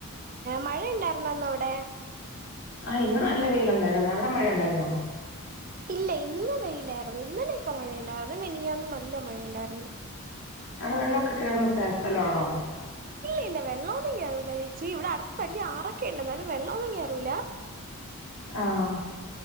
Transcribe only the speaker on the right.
മഴ ഇണ്ടാർന്നാ അന്ന് അവിടെ?
ഇല്ല ഇന്ന് വെയിലാർന്ന് ഇന്നലെയൊക്കെ മഴയുണ്ടാർന്ന് മിനിഞ്ഞാന്ന് നല്ല മഴയുണ്ടാർന്ന്.
ഇല്ല ഇല്ല വെള്ളൊന്നും കേറൂല്ല ചേച്ചി ഇവിടെ അടുത്ത് വല്യ ആറൊക്കെ ഇണ്ട് എന്നാലും വെള്ളം ഒന്നും കേറൂല്ല.